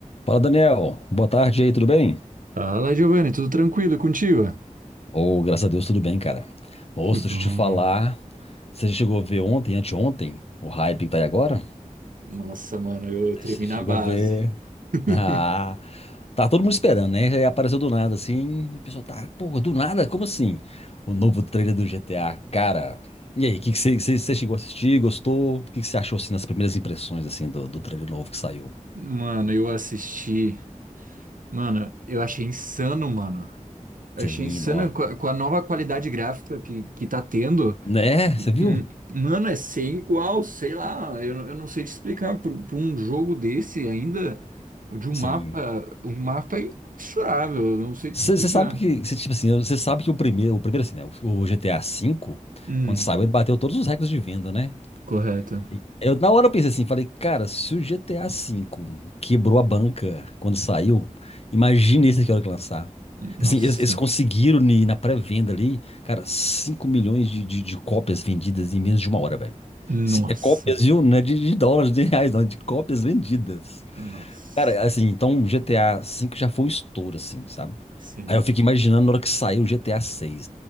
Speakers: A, on the left (about 50°); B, on the right (about 85°).
A: Fala, Daniel. Boa tarde aí, tudo bem?
B: Fala, Giovanni, tudo tranquilo e contigo?
A: Ô, graças a Deus, tudo bem, cara. Moço,
B: Que bom.
A: deixa eu te falar. Você já chegou a ver ontem, anteontem, o hype que tá aí agora?
B: Nossa, mano, eu, eu tremi
A: Você chegou
B: na base.
A: a ver. <laughs>
B: <laughs>
A: Ah, tá todo mundo esperando, né? Aí apareceu do nada, assim. e O pessoal tá, pô, do nada? Como assim? O novo trailer do GTA, cara. E aí, o que que você você- você chegou a assistir? Gostou? O que que você achou, assim, nas primeiras impressões, assim, do, do trailer novo que saiu?
B: Mano, eu assisti. Mano, eu achei insano, mano. Eu
A: Sim,
B: achei insano
A: ó.
B: com a, com a nova qualidade gráfica que, que tá tendo.
A: Né? Você viu?
B: Hum, Mano, é sem igual, sei lá. Eu, eu não sei te explicar. Por, por um jogo desse ainda, de um
A: Sim.
B: mapa. Um mapa imensurável. Eu não sei
A: Você
B: te explicar.
A: sabe que, cê, tipo assim, você sabe que o primeiro, o primeiro assim, né, o, o GTA V,
B: Hum,
A: quando saiu, ele bateu todos os recordes de venda, né?
B: correto.
A: E Eu, na hora eu pensei assim, falei, cara, se o GTA V quebrou a banca quando saiu, imagina esse aqui a hora que lançar.
B: Nossa.
A: Assim, eles, eles conseguiram ni- na pré-venda ali, cara, 5 milhões de, de, de cópias vendidas em menos de uma hora, velho.
B: Nossa.
A: Se- É cópias, viu? Não é de, de dólares, de reais, não, é de cópias vendidas.
B: Nossa,
A: Cara, assim, então o GTA V já foi um estouro, assim, sabe?
B: sim.
A: Aí eu fico imaginando na hora que saiu o GTA VI.